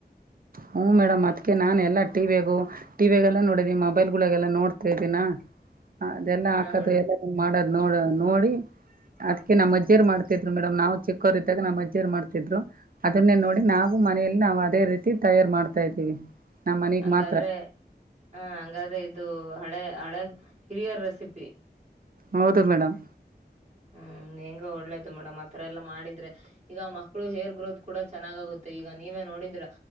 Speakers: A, on the right; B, on the right.
A: ಹು ಮೇಡಮ್ ಅದಕ್ಕೆ ನಾನು ಎಲ್ಲ ಟಿವಿಯಗು. ಟಿವಿಯಾಗಲ್ಲ ನೋಡಿದನಿ ಮೊಬೈಲ್ ಗೋಳಗೆಲ್ಲ ನೋಡ್ತಾ ಇದಿನಾ ಅದೆಲ್ಲ ಹಾಕದು
B: ಹಾ ಮೇಡಮ್
A: ಎಲ್ಲ. ಮಾಡದ್ ನೋಡ ನೋಡಿ. ಅದ್ಕೆ ನಮ್ಮ ಅಜ್ಜಿರು ಮಾಡ್ತಿದ್ರು ಮೇಡಮ್ ನಾವ ಚಿಕ್ಕರ್ ಇದ್ದಾಗ ನಮ್ ಅಜ್ಜಿರೊ ಮಾಡ್ತಿದ್ರು. ಅದನ್ನೇ ನೋಡಿ ನಾವು ಮನಲಿ ನಾವು ಅದೇ ರೀತಿ ತಯಾರ್ ಮಾಡ್ತಾ ಇದ್ದೀವಿ. ನಮ್ಮ ಮನೆಗ್
B: ಹಂಗಾದ್ರೆ
A: ಮಾತ್ರ
B: ಹ ಹಂಗಾದ್ರೆ ಇದು ಹಳೆ ಹಳೆ ಹಿರಿಯ ರೆಸಿಪಿ.
A: ಹೌದು ಮೇಡಮ್.
B: ಹ್ಮ್ ಹೆಂಗೋ ಒಳ್ಳೇದು ಮೇಡಮ್ ಅತರ ಎಲ್ಲಾ ಮಾಡಿದ್ರೆ. ಈಗ ಮಕ್ಳು ಹೇರ್ ಗ್ರೋತ್ ಕೂಡ ಚೆನ್ನಾಗಗುತ್ತೆ ಈಗ ನೀವೇ ನೋಡಿದ್ರ.